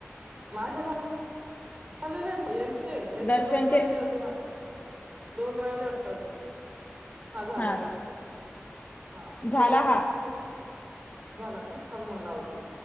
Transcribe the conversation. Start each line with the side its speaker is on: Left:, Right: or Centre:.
Right: माझ व्हय. झालेले आहे पन यांचे यांचे,
Left: दर्शनचे
Right: दोन राहिले अजून दोन... राहिले वाटत. हा झालं.
Left: हां का
Right: हा
Left: झाला
Right: तुझे?
Left: हा हां
Right: झालं का? थांब मग लावते.